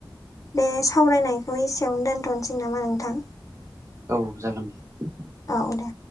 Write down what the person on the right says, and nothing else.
औ जागोन दे।